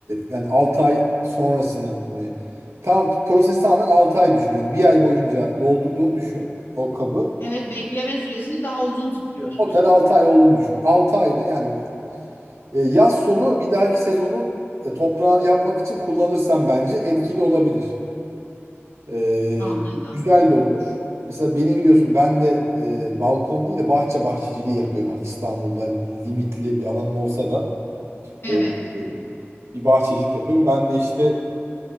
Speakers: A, on the right; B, on the left.
A: yani 6 ay sonrasını hani tam proses tamamen 6 ay düşün. Yani bir ay boyunca doldurduğunu düşün o kabı.
B: Evet bekleme süresini daha uzun tutuyorsun
A: Total
B: sen.
A: 6 ay olduğunu düşün. 6 ayda yani e, yaz sonu bir dahaki sezonun e, toprağını yapmak için kullanırsan bence etkili olabilir. Ee,
B: Anladım.
A: güzel
B: Hmm.
A: de olur. Mesela beni biliyorsun ben de e, balkon değil de bahçe bahçeciliği yapıyorum. Hani İstanbul'da limitli bir alanım olsa da
B: Evet.
A: e, e, bir bahçecilik yapıyorum. Ben de işte